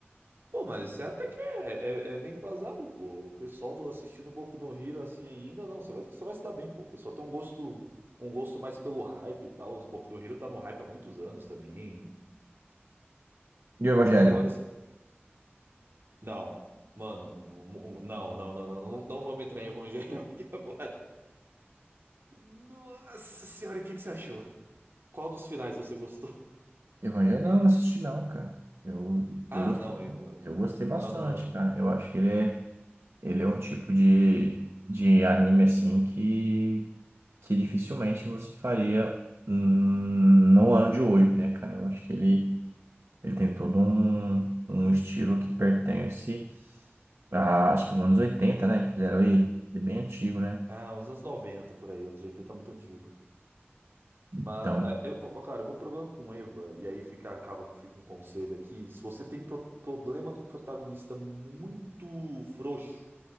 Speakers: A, on the right; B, on the right.
A: Pô, mas você até que é, é, é bem embasado, pô. O pessoal do assistindo Boku no Hero assim ainda, não, você vai, você vai se dar bem, pô. O pessoal tem um gosto, um gosto mais pelo hype e tal. Os Boku no Hero tá no hype há muitos anos também.
B: E o Evangelion?
A: Agora, s- não, mano, mu- não, não, não, não, não, não vamos entrar em Evangelho <laughs> aqui agora. Nossa senhora, o que que você achou? Qual dos finais você gostou?
B: Evangelion? Não, não assisti não, cara. Eu,
A: Ah,
B: eu gostei,
A: não, ainda-
B: eu gostei bastante,
A: não, não, não.
B: cara. Eu acho que ele é, ele é um tipo de, de anime, assim, que, que dificilmente você faria hum, no ano de hoje, né, cara? Eu acho que ele, ele tem todo um, um estilo que pertence a, acho que nos anos 80, né, que fizeram ele. Ele é bem antigo, né?
A: Ah, uns anos 90 por aí, anos 80 é muito antigo.
B: Então,
A: Mas, é, é, ó, cara, o meu problema com Eva, e aí fica, acaba que fica um conselho aqui: se você tem pro- problema com um protagonista muito frouxo,